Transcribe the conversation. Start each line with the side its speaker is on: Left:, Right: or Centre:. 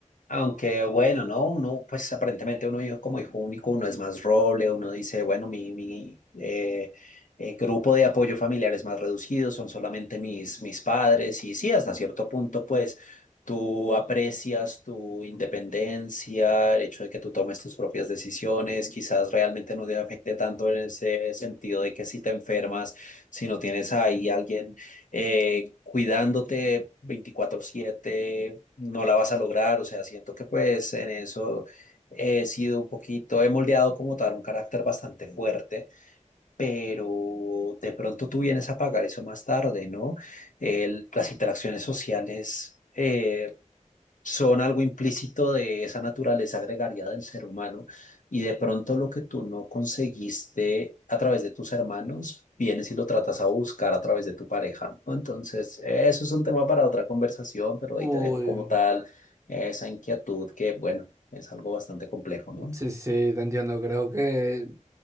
Left: Aunque bueno, no, uno, pues aparentemente uno dijo como hijo único, uno es más roble, uno dice, bueno, mi, mi eh, eh, grupo de apoyo familiar es más reducido, son solamente mis, mis padres, y sí, hasta cierto punto, pues tú aprecias tu independencia, el hecho de que tú tomes tus propias decisiones, quizás realmente no te afecte tanto en ese sentido de que si te enfermas, si no tienes ahí alguien eh, cuidándote 24/7, no la vas a lograr. O sea, siento que pues en eso he sido un poquito, he moldeado como tal un carácter bastante fuerte, pero de pronto tú vienes a pagar eso más tarde, ¿no? El- las interacciones sociales. eh, son algo implícito de esa naturaleza gregaria del ser humano y de pronto lo que tú no conseguiste a través de tus hermanos, vienes y lo tratas a buscar a través de tu pareja, ¿no? Entonces, eso es un tema para otra conversación, pero ahí
Right: Uy,
Left: te dejo como tal esa inquietud que, bueno, es algo bastante complejo, ¿no?
Right: sí, sí, te entiendo, creo que...